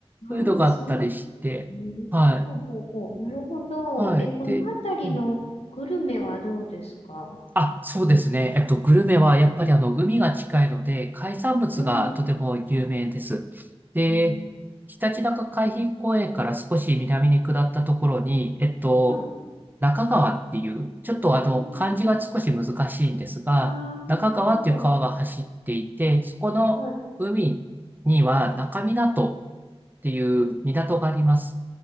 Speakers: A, on the left; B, on the right.
A: ああ、
B: そういうのがあったりして、
A: そう。うんほうほうほう。
B: はい、
A: なるほど。
B: はい。
A: え、この辺りのグルメはどうですか
B: で、うんあ、そうですね。えっと、グルメはやっぱりあの、海が近いので、海産物がとても有名です。
A: うん。
B: で、
A: えー
B: ひたちなか海浜公園から少し南に下ったところに、えっと、
A: はい
B: 中川っていう、ちょっとあの、
A: うんうんうん
B: 漢字が少し難しいんですが、
A: ああ
B: 中川っていう川が走っていて、
A: 中川。
B: そこの海には中港
A: はい。
B: っていう港があります。
A: うん。